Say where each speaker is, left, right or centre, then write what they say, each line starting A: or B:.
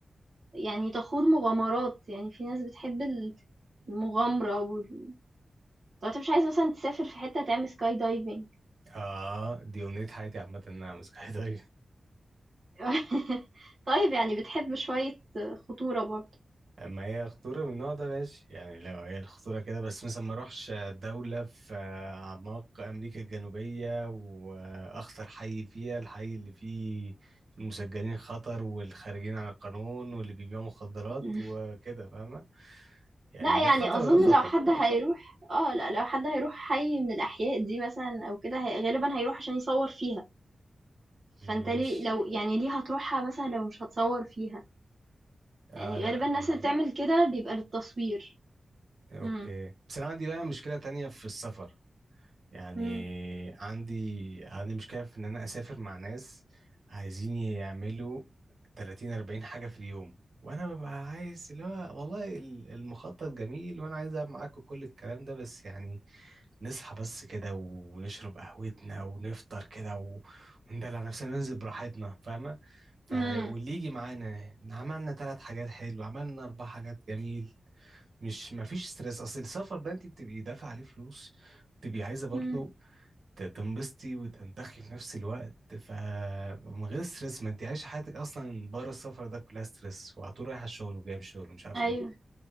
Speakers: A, on the right; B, on the right.
A: يعني تخوض مغامرات يعني في ناس بتحب ال- المغامرة وال... طب انت مش عايز مثلا تسافر في حتة تعمل سكاي دايفنج
B: اه دي امنية حياتي عامة ان انا امسك حيطان
A: <laughs> طيب يعني بتحب شوية خطورة برضه
B: اما هي خطورة من النوع ده ماشي يعني لو هي الخطورة كده بس مثلا ما اروحش دولة في اعماق امريكا الجنوبية واخطر حي فيها الحي اللي فيه المسجلين خطر والخارجين عن القانون واللي بيبيعوا مخدرات
A: <laughs>
B: وكده فاهمة يعني
A: لا
B: ده
A: يعني
B: خطر
A: اظن
B: وده خطر
A: لو بحب حد الخطر هيروح اه لا لو حد هيروح حي من الاحياء دي مثلا او كده هي... غالبا هيروح عشان يصور فيها فانت
B: ماشي
A: ليه لو يعني ليه هتروحها مثلا لو مش هتصور فيها
B: اه
A: يعني
B: لا
A: غالبا الناس
B: م-
A: اللي مثلا بتعمل كده بيبقى للتصوير
B: اوكي
A: امم
B: بس انا عندي بقى مشكلة تانية في السفر يعني
A: امم
B: عندي عندي مشكلة في إن أنا أسافر مع ناس عايزين يعملوا 30 40 حاجة في اليوم وأنا ببقى عايز اللي هو والله ال- المخطط جميل وأنا عايز ألعب معاكم كل الكلام ده بس يعني نصحى بس كده ونشرب قهوتنا ونفطر كده و- وندلع نفسنا ننزل براحتنا فاهمة فاللي
A: امم
B: يجي معانا عملنا ثلاث حاجات حلوة عملنا أربع حاجات جميل مش مفيش ستريس أصل السفر ده أنت بتبقي دافعة عليه فلوس تبقي عايزه برضو
A: امم
B: ت- تنبسطي وتنتخي في نفس الوقت فمن غير ستريس ما انت عايشه حياتك اصلا بره السفر ده كلها ستريس وعلى طول رايحه الشغل وجايه من الشغل ومش عارف
A: ايوه
B: ايه